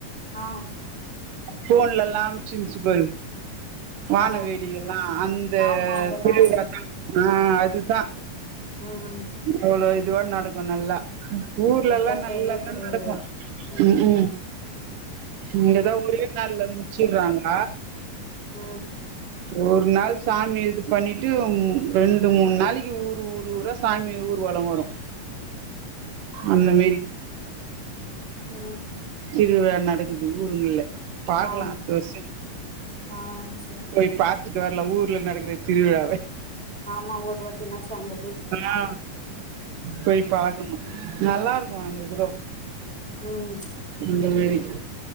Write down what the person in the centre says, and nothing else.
ஆ
ஆ
ஆமா அதெல்லா
அன்னைக்கு
ம்
அதா
பெரிய திருவிழா
ம்
அ
ம்
ஆ
ஆ சேரி
ஆம்மா ஒரு வாட்டினாச்சோ அங்கப்
ம்